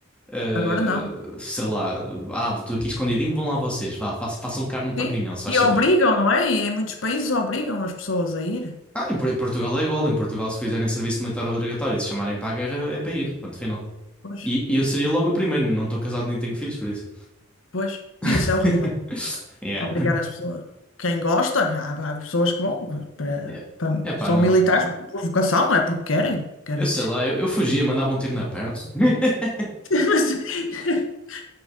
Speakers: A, in the centre; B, on the left.
A: Uh,
B: agora não.
A: sei lá, ah, estou aqui escondidinho, vão lá vocês, vá, fa- façam carne para
B: Sim.
A: canhão, se faz
B: E
A: favor.
B: obrigam, não é? E em muitos países obrigam as pessoas a ir.
A: Ah, em, Por- em Portugal é igual, em Portugal se fizerem serviço militar obrigatório e se chamarem para a guerra é para ir, ponto final.
B: Pois,
A: E, e eu seria logo o primeiro, não estou casado nem tenho filhos, por isso.
B: pois. Isso
A: <laughs>
B: é horrível.
A: Yeah.
B: Obrigar as pessoas. Quem gosta, há, há pessoas que vão, para,
A: É
B: para-
A: é pá,
B: são
A: não.
B: militares por por vocação, não é? Porque querem. Querem.
A: Eu sei lá, eu, eu fugia, mandava um tiro na perna. <laughs>
B: <laughs>